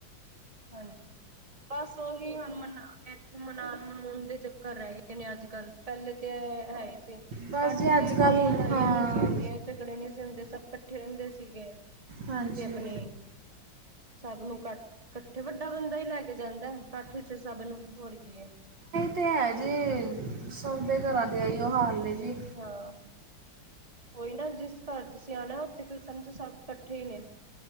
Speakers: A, on the right; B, on the right.
A: ਹਾਂਜੀ ਬਸ ਉਹੀ ਹੁਣ ਮ ਮਨਾਨ ਮਨੂਨ ਦੇ ਚੱਕਰ ਰਹਿ ਗਏ ਨੇ ਅੱਜ ਕੱਲ ਪਹਿਲੇ ਤਾਂ ਹੈ ਹੀ ਸੀ
B: ਬਸ
A: ਕੱਠ
B: ਜੇ
A: ਸੀ,
B: ਅੱਜ
A: ਕੋਈ
B: ਕੱਲ੍ਹ
A: ਲੜਾਈਆਂ
B: ਹਾਂ
A: ਨੀ ਸੀ, ਹੁੰਦੀਆਂ। ਝਗੜੇ ਨਹੀਂ ਸੀ ਹਦੇ ਸਭ ਇਕੱਠੇ ਰਹਿੰਦੇ ਸੀਗੇ
B: ਹਾਂਜੀ
A: ਤੇ ਆਪਣੀ ਸਭ ਨੂੰ ਕੱ, ਇਕੱਠੇ ਵੱਡਾ ਬੰਦਾ ਹੀ ਲੈ ਕੇ ਜਾਂਦਾ, ਕੱਠ ਚ ਸਭ ਨੂੰ। ਹੋਰ। ਕੀ ਹੈ
B: ਅਤੇ ਹੈ ਜੀ ਸਭ ਦੇ ਘਰਾਂ ਦੇ ਆਈ ਉਹ ਹਾਲ ਨੇ ਜੀ
A: ਹਾਂ ਉਹੀ ਨਾ ਜਿਸ ਘਰ ਤੁਸੀਂ ਆਉਣਾ ਉੱਥੇ ਸਮਝ ਸਭ ਇਕੱਠੇ ਹੀ ਨੇ